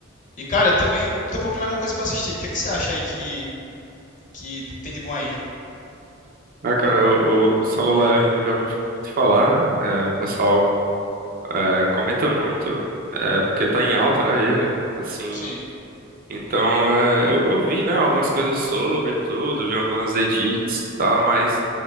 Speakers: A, on the left; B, on the right.
A: E cara, também tô procurando alguma coisa para assistir. O que, é que você acha aí que que tem de bom aí.
B: Ah, cara, o, o Solo Leveling eu já ouvi muito falar, né? É, o pessoal é, comenta muito, é, porque tá em alta, né, ele, assim.
A: Sim,
B: Então, é, eu, eu vi, né, algumas coisas sobre tudo, vi algumas edits e tal, mas